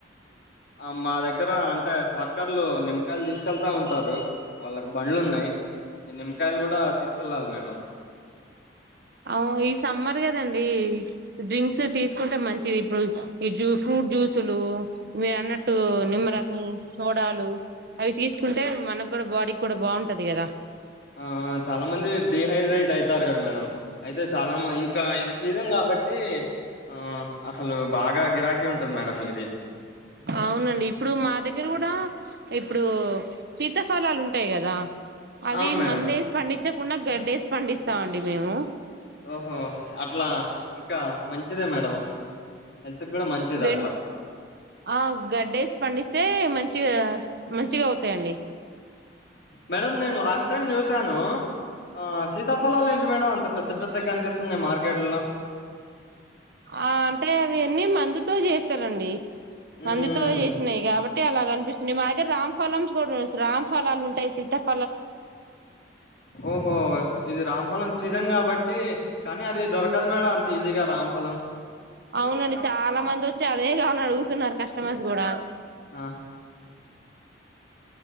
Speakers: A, on the left; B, on the right.
A: అ మ్మాద దగ్గర అంటే వర్కర్లు నిమ్మకాయలు తీసుకెళ్తా ఉంటారు వాళ్ళకు బండ్లు ఉన్నాయి ఈ నిమ్మకాయలు కూడా తీసుకెళ్ళాలి మేడం
B: అ ఈ సమ్మర్ కదండి డ్రింక్స్ తీసుకుంటే మంచిది ఇప్పుడు ఈ జూ ఫ్రూట్ జ్యూసులు మీరు అన్నట్టు నిమ్మరసం సోడాలు అవి తీసుకుంటే మనకు కూడా బాడీ కూడా బాగుంటది కదా
A: ఆ చాలా మంది డిహైడ్రేట్ అయితారు కద మేడం అయితే చాలా ఇంకా ఇది సీజన్ కా బట్టి ఆ అసలు బాగా గిరాకీ ఉంటది మేడం మీ
B: అవునండి ఇప్పుడు మా దగ్గర
A: సోడా
B: కూడా ఇప్పుడు సీతాఫలాలు ఉంటాయి కదా అవి
A: అవును మేడం
B: మందేసి పండించకుండా గద్దె పండిస్తామండి మేము
A: ఓహో అట్లా ఇంకా మంచిదే మేడం హెల్త్ కూడా మంచిది
B: వెం
A: అట్లా
B: ఆ గడ్డేసి పండిస్తే మంచిగా మంచిగా అవుతాయండి
A: మేడ నేను లాస్ట్ టైమ్ చూసాను ఆ త ఫలాలు ఏంటి మేడం అంత పెద్ద పెద్దగా కనిపిస్తున్నాయి మార్కెట్లో
B: ఆ అంటే అవి అన్నీ మందుతో చేస్త ఇస్తారంండి
A: ఉమ్
B: మందుతో చేసినాయి కాబట్టి తే అలా కనిపిస్తుంది మా దగ్గర రామ్ ఫలం కూడా రామ్ ఫలాలు ఉంటాయి సితా ఫలాలు
A: ఓహో ఇది రామ్ఫలం సీజన్ కాబట్టి కానీ అది దొరకదు మేడం అంత ఈజీగా రాంఫలం
B: అవునండి చాలా మంది వచ్చి అదే కావాలని అడుగుతున్నారు కస్టమర్స్ కూడా
A: ఆ